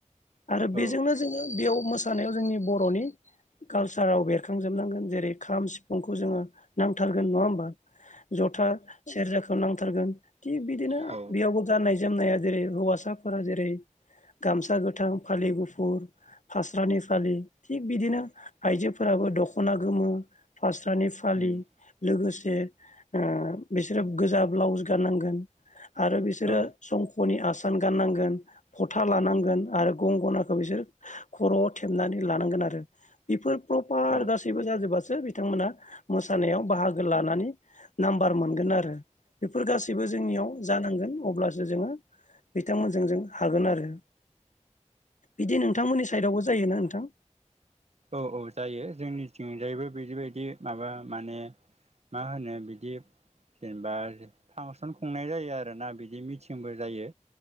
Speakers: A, on the left (about 80°); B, on the right (about 60°).
A: आरो
B: औ
A: बेजोंनो जोङो बेयाव मोसानायाव जोंनि बर'नि कालसाराव बेरखांजोबनांगोन जेरै खाम सिफुंखौ जोङो नांथारगोन नङा होमबा? जथा सेरजाखौ नांथारगोन थिग बिदिनो आ
B: औ
A: बेयावबो जाननाय-जोमनाया जेरै हौवासाफोरा जेरै गामसा गोथां, फालि गुफुर फास्रानि फालि थिग बिदिनो आइजोफोराबो दख'ना गोमो फास्रानि फालि
B: उम
A: लोगोसे ओ बिसोरो गोजा ब्लाउस गाननांगोन आरो बिसोरो
B: औ
A: संख'नि आसान गाननांगोन। फथा लानांगोन आरो गं गोनाखौ बिसोर खर'आव थेबनानै लानांगोन आरो बेफोर प्रपार
B: औ
A: गासैबो जाजोबासो बिथांमोना मोसानायाव बाहागो लानानै नाम्बार मोनगोन आरो बेफोर गासैबो जोंनियाव जानांगोन अब्लासो जोङो। बिथांमोनजों जों हागोन आरो बिदि नोंथांमोननि साइडआवबो जायोना नोंथां।
B: औ-औ जायो जोंनिथिंजायैबो बेजिबायदि माबा माने मा होनो बिदि जेनेबा फांसन खुंनाय जायो आरोना बिदि मिथिंबो जायो।